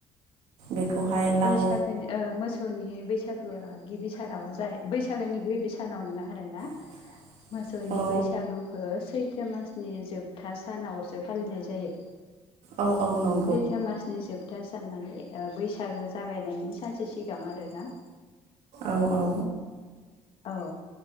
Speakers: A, on the right (about 75°); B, on the left (about 55°).
A: बेखौहाय लाव
B: बेैसागो ओ मोसौनि बैसागोआ गिबि सानाव जा बैसागोनि गिबि सानाव नोङा आरो ना।
A: <inaudible>
B: मोसौनि
A: औ
B: बैसागुखौ सैथो मासनि जोबथा सानावसो फालिनाय जायो।
A: औ औ नं
B: सैथो मासनि जोबथा सान माने बैसागो जागायनायनि सानसो सिगां आरोना।
A: औ औ।
B: औ